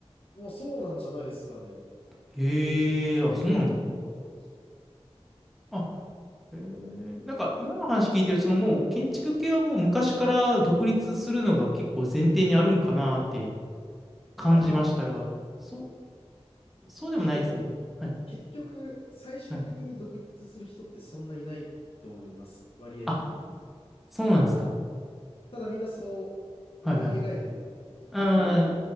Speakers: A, on the left (about 60°); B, in the centre.
A: まあ、そうなんじゃないですかね。
B: へえ、あ、そうなんだ。
A: 多分そうだと思います
B: あ、へえ。なんか、今の話聞いてる、そのもう、建築系はもう昔から独立するのが結構前提にあるんかなって感じましたが、
A: ああ、
B: そ、そうでもないんですね。
A: いや、でも、
B: はい、
A: 結局、最終的に独立する人ってそんないないと思います。
B: はい。
A: 割合的に。
B: あ、そうなんですか。
A: ただ、みんなそう思い描いてるだけで、
B: はいはい。
A: 結局、
B: あ